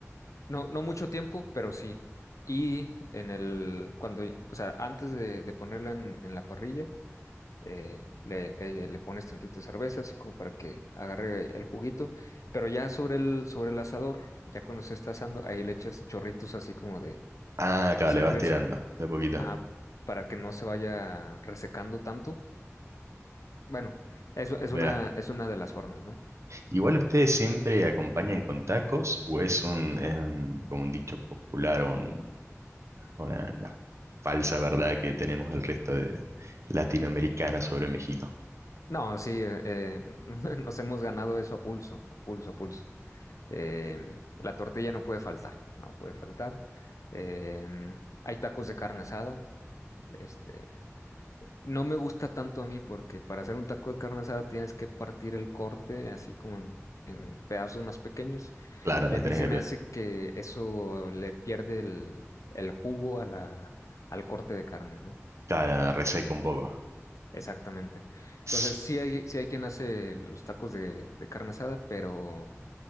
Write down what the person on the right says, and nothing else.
ah, acá
le vas tirando, de a poquito.
Mira.
Igual ustedes siempre acompañan con tacos o es un, es un- como un dicho popular, un- una, una falsa verdad que tenemos el resto de latinoamericanos sobre México.
Claro,
la
tenés
que
pegar.
Claro, la reseca un poco.
Tss,